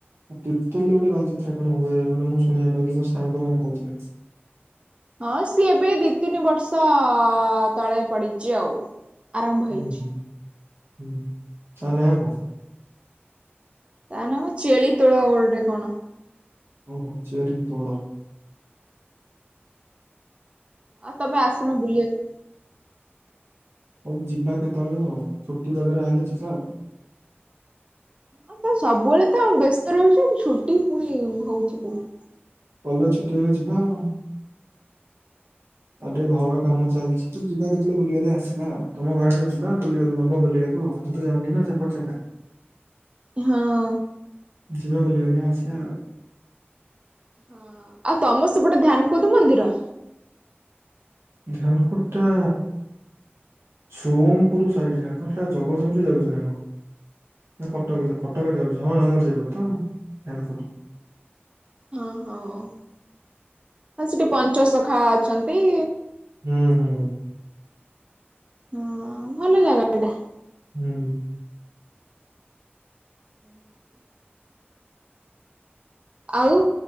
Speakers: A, on the right (about 75°); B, on the right (about 25°).
A: ତିର୍ତୋଲ ରେ ଗୋଟେ ବାଲିଯାତ୍ରା କଣ ହୁଏ? ମାନେ ମୁଁ ଶୁଣିବାକୁ ପାଇଥିଲି। ମୋ ସାଙ୍ଗ ମାନେ କହୁଥିଲେ।
B: ହଁ, ସିଏ ଏବେ ଦି ତିନି ବର୍ଷ ତଳେ ପଡିଚି ଆଉ। ଆରମ୍ଭ ହେଇଛି
A: ଉଁ ହୁଁ, ହୁଁ ତା ନାଁ କଁ?
B: ତା ନା କଁ ଚେଳି ତୋଳ ଗୋଲ୍ ଟେ କଣ?
A: ଓହୋ! ଚେରି ତୋଳ
B: ଆଉ ତମେ ଆସୁନ ବୁଲିଆକୁ।
A: ହଉ ଯିବା କେତେବେଳେ ଆଉ। ଛୁଟି ବଗେରା ହେଲେ ଯିବା ଆଉ।
B: ହଁ ତ ସବୁବେଳେ ତ ବ୍ୟସ୍ତ ରହୁଛ। ଛୁଟି ପୁଣି ହଉଛି କୋଉଠି?
A: କଲେଜ ଛୁଟିହେଲେ ଯିବା ଆଉ। ଆଉ ଟିକେ ଘର କାମ ଚାଲିଚି। ତ ଯିବା କେତେବେଳେ ବୁଲି ବାଲି ଆସିବା ଆଉ। ତମ ଘର ଆଡୁ ଯିବା ବୁିଲିବାକୁ ନବ ବୁଲିବାକୁ ଆଉ। ମୁଁ ତ ଜାଣିନି ନା ସେପଟ ଜାଗା
B: ହଁ।
A: ଯିବା ବୁଲିବାଲି ଆସିଆ ଆଉ।
B: ହଁ ଆଉ ତମ ସେପଟେ ଧ୍ୟାନ କୁଦ୍ ମନ୍ଦିର?
A: ଧ୍ୟାନକୁଦ୍ ଟା ସୋଂପୁର ସାଇଡ୍ ନା କଣ? ହେଟା ଜଗତସିଂହପୁର ଯାଉଛି ନା କଣ? କଟକ ଯା କଟକରେ ଯାଉଛି ହଁ, ଆମର ସେପଟେ ତ ଆଉ ଧ୍ୟାନକୁଟ୍।
B: ହଁ, ହଁ, ଓ ହଁ ସେଠି ପଞ୍ଚସଖା ଅଛନ୍ତି-ଇ।
A: ହୁଁ, ହୁଁ।
B: ହଁ, ଭଲ ଜାଗା ଟା।
A: ହୁଁ।
B: ହୁଁ <inaudible> ଆଉ,